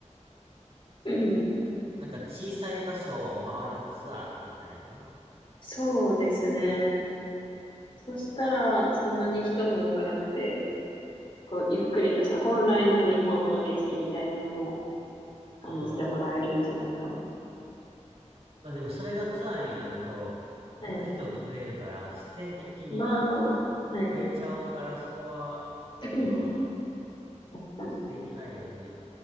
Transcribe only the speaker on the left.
<clears throat>
そうですね。そしたらそんなに人も多くなくて、こうゆっくりとした本来の日本の景色みたいなのも感じてもらえるんじゃないかな。
はい。
まあ、はい。
<clears throat>
確かに。